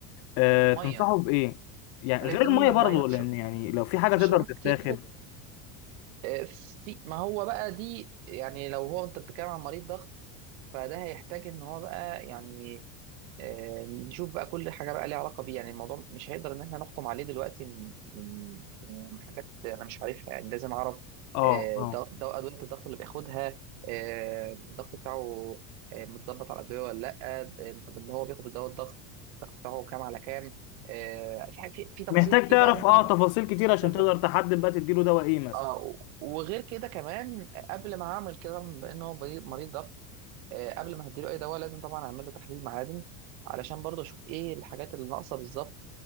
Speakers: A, on the left; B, on the right.
A: آه، تنصحه
B: ميه
A: بإيه يعني
B: الاهتمام
A: غير المية
B: بالميه
A: برضه
B: اشرب
A: لأن يعني لو في حاجة تقدر
B: اشرب
A: تتاخد
B: كتير وفي ما هو بقى دي يعني لو هو انت بتتكلم عن مريض ضغط فده هيحتاج ان هو بقى يعني آه، نشوف بقى كل حاجه بقى ليها علاقه بيه يعني الموضوع مش هيقدر ان احنا نحكم عليه دلوقتي من من من حاجات انا مش عارفها يعني لازم اعرف
A: اه
B: آه،
A: اه
B: ضغ- ضغ- ادويه الضغط اللي بياخدها آه، الضغط بتاعه آه، متظبط على الادويه ولا لا آه، طب ان هو بياخد دواء الضغط الضغط بتاعه كام على كام آه، في حاجة- في في تفاصيل
A: محتاج
B: كتير
A: تعرف
B: بقى ممكن
A: اه
B: نروح
A: تفاصيل كتير عشان
B: بالظبط
A: تقدر تحدد بقى تديله دواء ايه مثلا
B: اه وغير كده كمان قبل ما اعمل كده بما ان هو مريض مريض ضغط آه، قبل ما هديله اي دواء لازم طبعا اعمل له تحليل معادن علشان برضه اشوف ايه الحاجات اللي ناقصه بالظبط